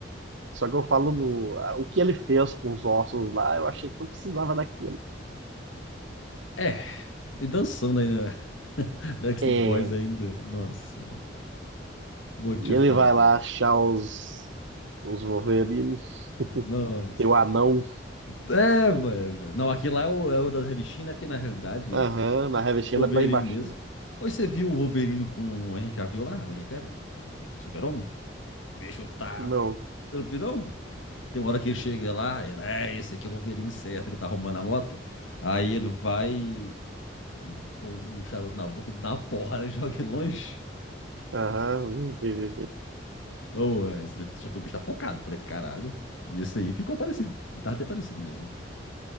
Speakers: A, on the right; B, on the left.
A: Só que eu falo, no- o que ele fez com os ossos lá, eu achei que não precisava daquilo.
B: É, e dançando ainda. <laughs> Backstreet
A: É,
B: Boys ainda. Nossa, vou
A: e
B: te falar.
A: ele vai lá achar os, os Wolverine, <laughs>
B: Nossa.
A: tem o anão.
B: É, velho. Não, aqui lá é o, é o das revistinhas, né? Porque na realidade,
A: Aham, na revistinha
B: o Wolverine
A: ele é bem baixinho.
B: mesmo. Hoje você viu o Wolverine com o Henry Cavill lá? O Henry Cavill? Do que- Super-Homem? O bicho tá.
A: Não.
B: Você não viu, não? Tem uma hora que ele chega lá, ele, é, esse aqui é o Wolverine certo, que tá arrumando a moto. Aí ele vai, e põe o charuto na boca e dá uma porrada, <laughs> né, joga ele longe.
A: Aham, vê, vê, vê.
B: Oh, é, esse- só que o bicho tá focado. Falei, caralho, esse aí ficou parecido. Ele tava até parecido mesmo, né?